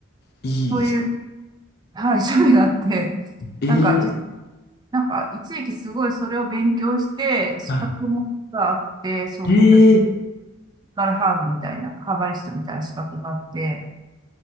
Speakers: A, on the left; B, on the right.
A: いい。
B: そういう、はい、種類があって、
A: ええー
B: なんかじ、なんか一時期すごいそれを勉強して、資格もがあって、
A: は
B: そういう、
A: い。ええー
B: ガルハーブみたいな、ハーバリストみたいな資格があって、